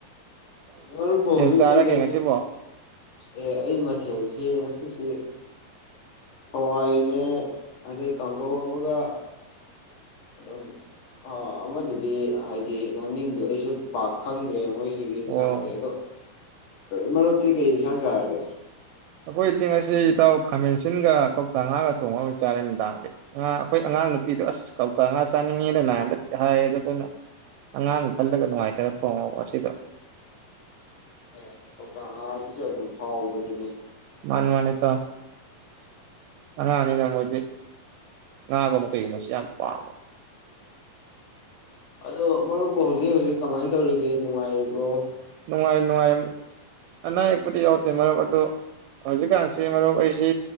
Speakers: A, on the left (about 65°); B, on the right (about 80°).
A: ꯃꯔꯨꯞꯄꯨ ꯍꯧꯖꯤꯛ
B: ꯆꯥꯔꯒꯦ
A: ꯀꯩꯀꯩ
B: ꯉꯁꯤꯕꯣ
A: ꯑꯦ ꯑꯩ ꯃꯊꯦꯜꯁꯤ ꯉꯁꯤꯁꯦ ꯍꯋꯥꯏꯅꯦ ꯑꯗꯩ ꯀꯥꯡꯍꯧ ꯑꯃꯒ ꯑꯗꯨꯝ ꯑ ꯑꯃꯗꯨꯗꯤ ꯍꯥꯏꯗꯤ ꯃꯃꯤꯡꯗꯨꯣ ꯑꯩꯁꯨ ꯄꯥꯛ ꯈꯪꯗ꯭ꯔꯦ ꯃꯣꯏꯁꯨ ꯁꯤꯒꯤ
B: ꯑꯣ
A: ꯆꯁꯦ ꯑꯗꯣ ꯃꯔꯨꯞꯇꯤ ꯀꯩ ꯏꯟꯁꯥꯡ ꯆꯥꯔꯒꯦ
B: ꯑꯩꯈꯣꯏꯗꯤ ꯉꯁꯤ ꯏꯇꯥꯎ ꯈꯥꯃꯦꯟꯁꯤꯟꯒ ꯀꯧꯇꯥ ꯉꯥꯒ ꯊꯣꯡꯉꯕ ꯆꯥꯔꯦ ꯅꯨꯡꯗꯥꯡꯗꯤ ꯑꯩꯈꯣꯏ ꯑꯉꯥꯡ ꯅꯨꯄꯤꯗꯣ ꯑꯁ ꯀꯧꯇꯥ ꯉꯥ ꯆꯥꯅꯤꯡꯉꯦꯅꯅ ꯍꯟꯗꯛ ꯍꯥꯏꯌꯦꯗ ꯑꯗꯨꯅ ꯑꯉꯥꯡ ꯈꯜꯂꯒ ꯅꯨꯡꯉꯥꯏꯇꯅ ꯊꯣꯡꯉꯕ ꯉ ꯑꯁꯤꯗꯣ
A: ꯑꯦ ꯊꯧꯇꯥꯛ ꯉꯥꯁꯤꯁꯨ ꯑꯗꯨꯝ ꯐꯥꯎꯕꯅꯤꯅꯦ
B: ꯃꯥꯅ ꯃꯥꯅꯦꯇ ꯑ ꯑꯅꯤꯗ ꯃꯣꯏꯗꯤ ꯉꯥꯕ ꯑꯃꯨꯛ ꯀꯩꯒꯤꯨꯝꯣ ꯃꯁꯤ ꯌꯥꯝ ꯄꯥꯃꯦ
A: ꯑꯗꯣ ꯃꯔꯨꯞꯄ ꯍꯧꯖꯤꯛ ꯍꯧꯖꯤꯛ ꯀꯃꯥꯏꯅ ꯀꯩ ꯇꯧꯔꯤꯒꯦ ꯅꯨꯡꯉꯥꯏꯔꯤꯕꯣ
B: ꯅꯅꯨꯡꯉꯥꯏ ꯅꯅꯨꯡꯉꯥꯏ ꯑꯅ ꯄꯗꯤ ꯌꯥꯎꯗꯦ ꯃꯔꯨꯞ ꯑꯗꯣ ꯍꯧꯖꯤꯛꯀꯥꯟꯁꯤ ꯃꯔꯨꯞ ꯑꯩꯁꯤ